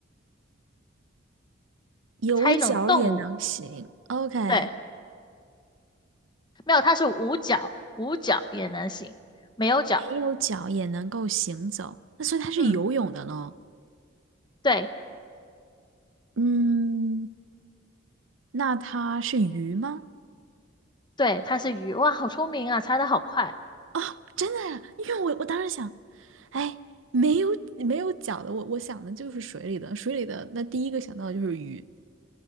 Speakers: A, on the right (about 80°); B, on the left (about 25°).
A: 有脚也能行，OK，
B: 猜一种动物，对，没有，它是无脚，无脚也能行，没有脚。
A: 没有脚也能够行走，那所以它是游泳的喽。
B: 嗯，对。
A: 嗯，那它是鱼吗？
B: 对，它是鱼，哇，好聪明啊，猜的好快。
A: 哦，真的呀，因为我我当时想，哎，没有没有脚的，我我想的就是水里的，水里的，那第一个想到的就是鱼。